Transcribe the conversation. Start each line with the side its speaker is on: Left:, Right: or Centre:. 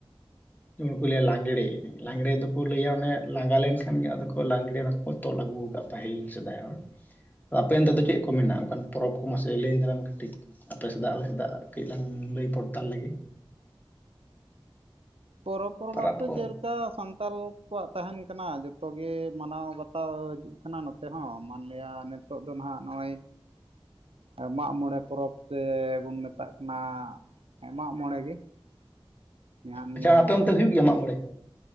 Left: ᱩᱱᱠᱩ ᱡᱟ ᱞᱟᱝᱜᱽᱲᱮ ᱮᱱᱮᱡ ᱞᱟᱝᱜᱽᱲᱮ ᱫᱚᱠᱚ ᱞᱟᱹᱭᱟ ᱚᱱᱮ ᱞᱟᱸᱜᱟ ᱞᱮᱱᱠᱷᱟᱱ ᱜᱮ ᱟᱫᱚ ᱠᱚ ᱞᱟᱝᱜᱽᱲᱮ ᱠᱚ ᱛᱚᱞ ᱟᱹᱜᱩ ᱠᱟᱜᱼᱟ ᱯᱟᱹᱦᱤᱞ ᱥᱮᱫᱟᱭ ᱦᱚᱲ᱾ ᱟᱯᱮ ᱚᱱᱛᱮ ᱫᱚ ᱪᱮᱫ ᱠᱚ ᱢᱮᱱᱟᱜᱼᱟ ᱚᱱᱠᱟᱱ ᱯᱚᱨᱚᱵ ᱠᱚ ᱢᱟᱥᱮ ᱞᱟᱹᱭᱤᱧ ᱛᱟᱞᱟᱝ ᱢᱮ ᱠᱟᱹᱴᱤᱡ ᱟᱯᱮᱥᱮᱫᱟᱜ ᱟᱞᱮᱥᱮᱫᱟᱜ ᱠᱟᱹᱡ ᱞᱟᱝ ᱞᱟᱹᱭ ᱯᱚᱲᱛᱟᱞ ᱞᱮᱜᱮ
Right: ᱯᱚᱨᱚᱵ ᱯᱚᱨᱚᱵ
Left: ᱯᱚᱨᱚᱵᱽ
Right: ᱵᱟᱥᱛᱮ
Left: ᱠᱚ
Right: ᱡᱮᱞ <unintelligible> ᱥᱟᱱᱛᱟᱞ ᱠᱚᱣᱟᱜ ᱛᱟᱦᱮᱱ ᱠᱟᱱᱟ ᱡᱚᱛᱚ ᱜᱮ ᱢᱟᱱᱟᱣ ᱵᱟᱛᱟᱣ ᱦᱤᱡᱩᱜ ᱠᱟᱱᱟ ᱱᱚᱛ ᱛᱮᱦᱚᱸ ᱢᱟᱱᱞᱤᱭᱟ ᱱᱤᱛᱚᱜ ᱫᱚ ᱱᱟᱦᱟᱜ ᱱᱚᱜᱼᱚᱭ ᱢᱟᱜ ᱢᱚᱬᱮ ᱯᱚᱨᱚᱵᱽ ᱛᱮᱵᱚᱱ ᱢᱮᱛᱟᱜ ᱠᱟᱱᱟ ᱢᱟᱜ ᱢᱚᱬᱮ ᱜᱮ᱾ ᱱᱟᱦᱟᱜ ᱱᱤᱭᱟᱹ
Left: ᱟᱪᱷᱟ ᱟᱯᱮ ᱚᱱᱛᱮ ᱦᱩᱭᱩᱜ ᱜᱮᱭᱟ ᱢᱟᱜ ᱢᱚᱬᱮ?